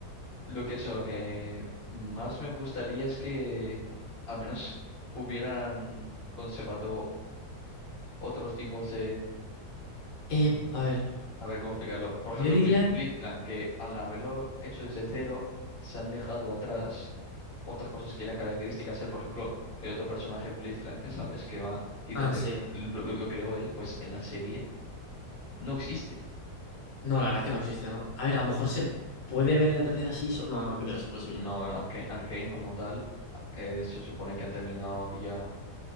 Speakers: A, on the left; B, on the left.
A: lo que eso, lo que más me gustaría es que al menos hubieran conservado otros tipos
B: Eh, a ver,
A: A ver, ¿cómo explicarlo? Por ejemplo,
B: yo diría...
A: Blitz, Blitzcrank, que al haberlo hecho desde cero, se han dejado atrás otras cosas que eran características. Él, por ejemplo, el otro personaje, Blitzcrank, ¿sabes? Que va quitante,
B: Ah, sí.
A: lo, lo creó él, pues en la serie no existe.
B: No, la verdad es que no existe, ¿no? A ver, a lo mejor se puede ver en la tercera season. No, no creo, es imposible.
A: No, no, Arca- Arcane como tal, eh, se supone que ha terminado ya